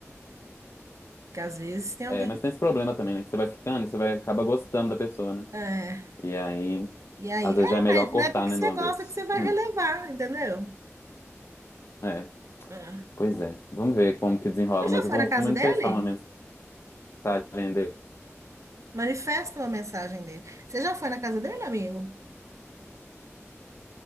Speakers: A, on the right; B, on the left.
A: Porque às vezes tem alguém.
B: É, mas tem esse problema também, né? Que você vai ficando e você vai acaba gostando da pessoa, né?
A: É,
B: E aí,
A: e aí,
B: às vezes
A: é,
B: já é melhor
A: mas
B: cortar,
A: não é porque
B: né,
A: você
B: de uma
A: gosta
B: vez.
A: que você vai
B: Hum.
A: relevar, entendeu?
B: É.
A: É.
B: Pois é. Vamos ver como que desenrola.
A: Você
B: Mas
A: já
B: eu
A: foi
B: vou
A: na casa
B: manifestar
A: dele?
B: uma mensagem dele.
A: Manifesta uma mensagem dele. Você já foi na casa dele, amigo?